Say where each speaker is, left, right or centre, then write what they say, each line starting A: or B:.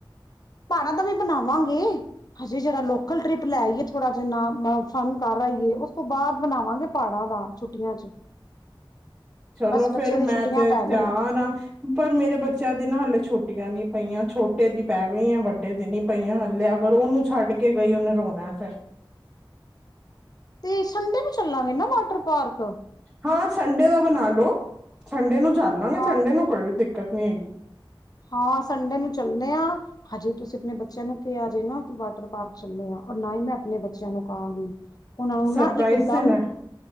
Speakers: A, on the left; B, on the right.
A: ਪਹਾੜਾਂ ਦਾ ਵੀ ਬਣਾਵਾਂਗੇ ਹਜੇ ਜਿਹੜਾ ਲੋਕਲ ਟ੍ਰਿਪ ਲੈਈਏ ਥੋੜ੍ਹਾ ਜਿਨਾ ਮ ਫਨ ਕਰ ਆ ਹੀਏ ਉਸ ਤੋਂ ਬਾਅਦ ਬਣਾਵਾਂਗੇ ਪਹਾੜਾਂ ਦਾ ਛੁੱਟੀਆਂ ਚ।
B: ਚਲੋ
A: ਬਸ ਬੱਚਿਆਂ
B: ਫੇਰ ਮੈਂ
A: ਦੀ ਛੁੱਟੀਆਂ
B: ਤੇ
A: ਪੈ
B: ਤਿਆਰ
A: ਲੈਣ
B: ਨਾ ਪਰ ਮੇਰੇ ਬੱਚਿਆਂ ਦੀ ਨਾ ਹਲੇ ਛੁੱਟੀ ਛੋਟੀਆਂ ਦੀ ਪਈਆਂ ਛੋਟੇ ਦੀ ਪੈ ਗਈਆਂ ਵੱਡੇ ਦੀ ਨੀ ਪਈਆਂ ਹਲੇੇ ਅਗਰ ਉਹਨੂੰ ਛੱਡ ਕੇ ਗਈ ਉਹਨੇ ਰੋਣਾ ਫਿਰ।
A: ਤੇ ਸੰਡੇ ਨੂੰ ਚੱਲਾਂਗੇ ਨਾ ਵਾਟਰ ਪਾਰਕ
B: ਹਾਂ ਸੰਡੇ ਦਾ ਬਣਾ ਲੈ ਨੂੰ ਸੰਡੇ ਚੱਲਾਂਗੇ
A: ਹਾਂ
B: ਸੰਡੇ ਨੂੰ ਕੋਈ ਦਿੱਕਤ ਦਿੱਕਤ ਨੀ ਜੀ।
A: ਹਾਂ ਸੰਡੇ ਨੂੰ ਚੱਲੇ ਹਾਂ ਹਜੇ ਤੁਸੀਂ ਆਪਣੇ ਬੱਚਿਆਂ ਨੂੰ ਕਿਹਾ ਆ ਜੇ ਨਾ ਵਾਟਰ ਪਾਰਕ ਚੱਲੇ ਆ ਔਰ ਨਾ ਹੀ ਮੈਂ ਆਪਣੇ ਬੱਚਿਆਂ ਨੂੰ ਕਹਾਂਗੀ। ਉਹਨਾਂ ਨੂੰ
B: ਸਰਪ੍ਰਾਈਜ਼
A: ਨਾ ਇਕਦਮ
B: ਦੇਣਾ